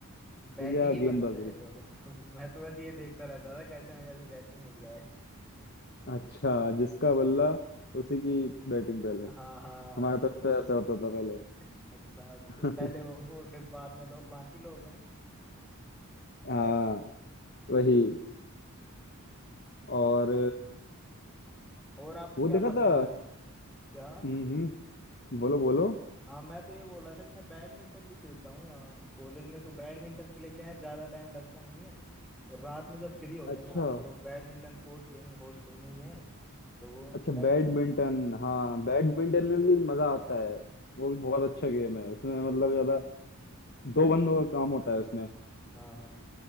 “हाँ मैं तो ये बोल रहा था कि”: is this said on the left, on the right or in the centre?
Centre